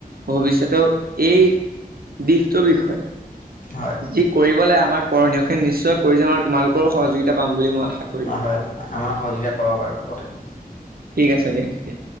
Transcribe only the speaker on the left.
হয়।
অ', হয়, আমাৰো সহযোগিতা পাব বাৰু, মুঠতে।